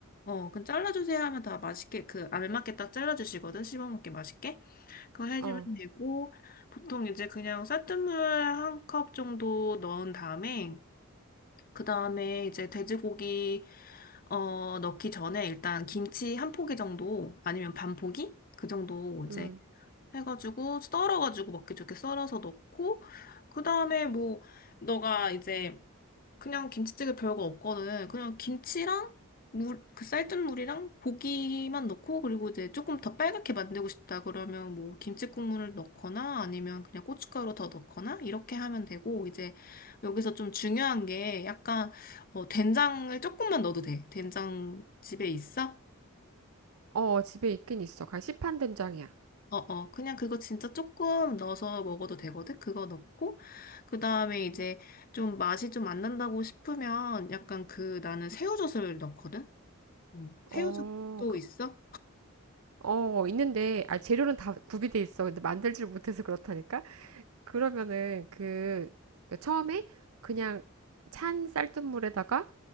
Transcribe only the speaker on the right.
어,
음.
어, 집에 있긴 있어. 가 시판 된장이야.
어,
그,
어, 있는데, 아, 재료는 다 구비돼 있어. 근데 만들질 못해서 그렇다니까? 그러면은 그 처음에 그냥 찬 쌀뜨물에다가